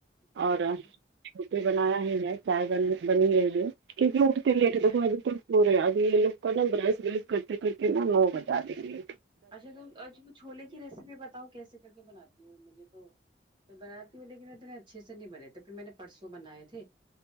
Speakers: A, on the right; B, on the right.
A: ہوں
B: اور
A: ہوں
B: روٹی بنایا ہی میں چائے بن بنی گئی ہےہوں کیونکہ اٹھتے لیٹ
A: اچھا
B: اٹھتے ہیں تو بالکل پورے اب یہ لوگ کا نا برش برش کرتے کرتے نا نو بجا دینگیے
A: اچھا تو تم آج چھولے کی ریسیپی بتاؤں کیسے کر کے بنا دے مجھے تو میں بناتی ہوں لیکن اتنے اچھے سے نہیں بنے تھے پھر میں نے پرسوں بنائے تھے